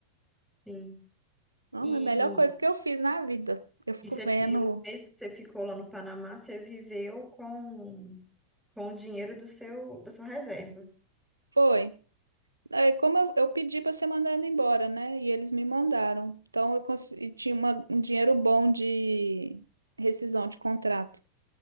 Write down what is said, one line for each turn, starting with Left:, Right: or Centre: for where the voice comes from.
Centre: sim.
Right: Não,
Centre: E,
Right: é a melhor coisa que eu fiz na vida. Eu fico
Centre: e, você-
Right: vendo.
Centre: e os meses que você ficou lá no Panamá, você viveu com, com o dinheiro do seu, da sua reserva.
Right: Foi. É, como eu, eu pedi para ser mandada embora, né? E eles me mandaram. Então eu cons- e tinha uma- um dinheiro bom de rescisão de contrato.